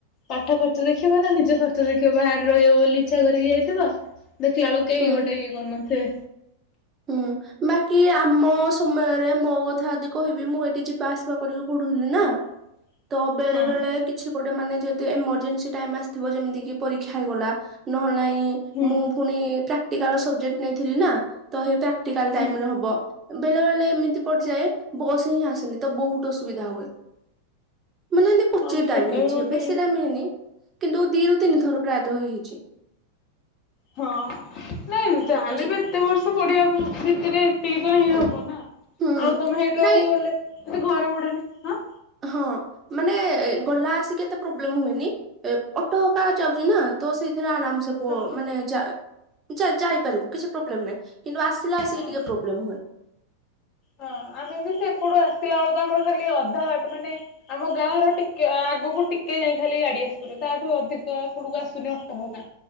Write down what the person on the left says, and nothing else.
ପାଠ ଖର୍ଚ ଦେଖିବ ନା ନିଜ ଖର୍ଚ୍ଚ ଦେଖିବ। ବାହାରେ ରହିବ ବୋଲି ଇଛା କରିକି ଯାଇଥିବ ଦେଖିଲା ବେଳୁ କେହି
ଗୋଟେ ଇଏ କରୁନଥିବେ।
<inaudible>
ହଁ
ହୁଁ
ହୁଁ।
ହଁ ସେଟା
ବି ଗୋଟେ
ଇଏ।
ହଁ ନାଇଁ ଯାହାହେଲେ
ବି ଏତେ ବର୍ଷ ପଢିବା ଭିତରେ ଏତିକି ତ ହିଁ ହବ ନା
ଆଉ ତମେ ସେଇଠି
ରହିଗଲେ ଘର ଭଡ଼ା ନେ ହାଁ
ହଁ
ହଁ
ହଁ ଆମେ ବି ସେପଟୁ ଆସିଲା ବେଳକୁ ଆମର ଖାଲି ଅଧା ବାଟ ମାନେ ଆମ ଗାଁର ଟିକେ ଆଁ ଆଗକୁ ଟିକେ ଯାଇ ଖାଲି ଗାଡି ଆସିପରିବ ତାଠୁ ଅଧିକ ଏପଟକୁ ଆସୁନି ଅଟୋ ହେକା।